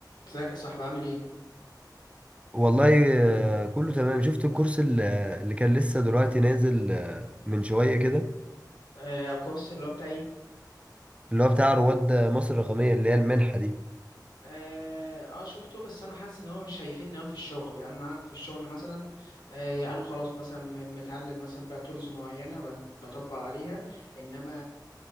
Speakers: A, on the left; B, on the right.
A: ازيك يا صاحبي عامل ايه؟
B: والله آه، كله تمام شفت الكورس ال- اللي كان لسه دلوقتي نازل آه، من شوية كده
A: آه الكورس اللي هو بتاعي
B: اللي هو بتاع رواد مصر الرقمية اللي هي المنحة دي
A: اه آه، شفته بس انا حاسس ان هو مش هيفيدني قوي في الشغل يعني انا عندي في الشغل مثلا آه انا خلاص مثلا م- متعلم مثلا بقى تولز معينة ب- بطبق عليها انما